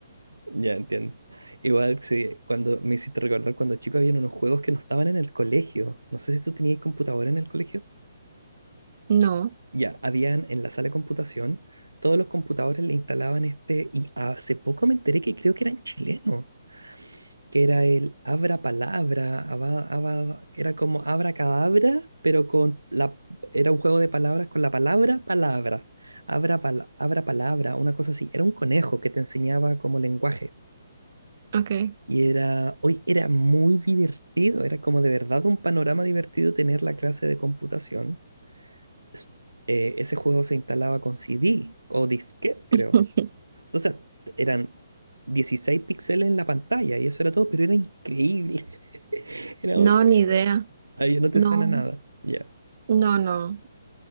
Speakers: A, on the right; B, on the right.
A: Ya entiendo. Igual sí, cuando me hiciste recordar cuando chico había unos juegos que no estaban en el colegio. No sé si tú tenías computadora en el colegio.
B: No,
A: Ya, habían en la sala de computación, todos los computadores le instalaban este, y hace poco me enteré que creo que eran chilenos, que era el abra palabra, aba- aba- que era como abra cadabra, pero con la, era un juego de palabras con la palabra palabra, abra, pala- abra palabra, una cosa así, era un conejo que te enseñaba como lenguaje.
B: ok.
A: Y era, hoy era muy divertido, era como de verdad un panorama divertido tener la clase de computación s- eh, ese juego se instalaba con CD o disquete, creo.
B: <laughs>
A: Entonces eran 16 píxeles en la pantalla y eso era todo, pero era increíble. <laughs> Era
B: No,
A: muy bueno.
B: ni idea.
A: Ahí no te
B: No,
A: suena nada. Ya,
B: no, no.